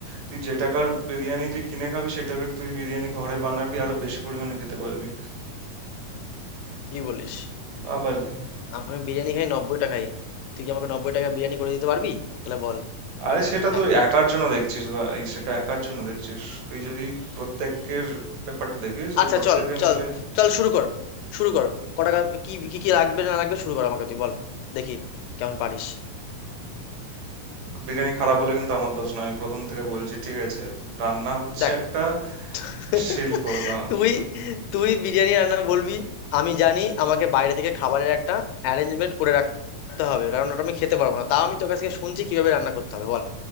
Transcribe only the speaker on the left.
কি বলিস
আমি বিরিয়ানি খাই নব্বই টাকাই তুই কি আমাকে নব্বই টাকা বিরিয়ানি করে দিতে পারবি তাহলে বল
এক প্লেট
আচ্ছা
চল চল
চল শুরু কর শুরু কর ক টাকা কি কি কি লাগবে না লাগবে শুরু কর আমাকে তুই বল দেখি কেমন পারিস
দেখ
<laughs>
তুই তুই বিরিয়ানি রান্না বলবি আমি জানি আমাকে বাইরে থেকে খাবারের একটা অ্যারেঞ্জমেন্ট করে রাখতে হবে কারণ ওটা আমি খেতে পারবো না তাও আমি তোর কাছ থেকে শুনছি কিভাবে রান্না করতে হবে বল